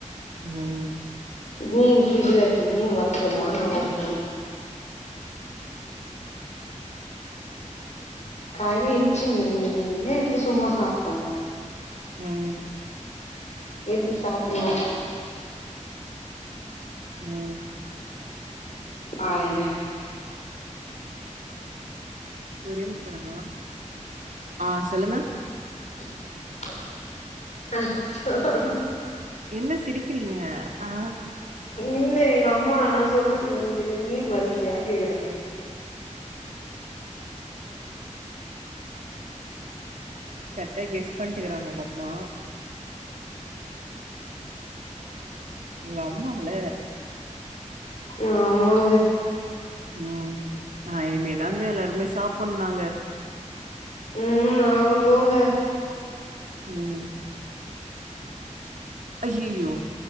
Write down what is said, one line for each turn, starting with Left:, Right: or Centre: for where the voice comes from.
Right: ம்
Left: மீன் ஃப்ரிஜ்ல இருக்கு மீன் வறக்க சொல்லுவா நா வறுக்குனுமா கால்ல இர்ந்ச்சுங்க ரெண்டு மீனு எத்து சும்மா சாப்ட்டாங்க
Right: ம்
Left: எதுக்கு சாப்புணோ
Right: ம்
Left: பாருங்க
Right: ஒரே நிமிஷோ இருங்க ஆ சொல்லுங்க
Left: அ
Right: என்ன சிரிக்கிறீங்க ஆ
Left: இல்ல எங்க அம்மா நா சொன்னேல உங்ககிட்ட மீன் வறுக்கலயா கேக்கறாங்க
Right: கரெக்டா கெஸ் பண்ட்டுக்குறாங்க உங்க அம்மா உங்க அம்மால்ல
Left: ஆமாங்க
Right: ம் நா இனிமேதாங்க எல்லாருமே சாப்புட்னோ நாங்க
Left: ம் நாங்கலோங்க
Right: ம் அய்யியோ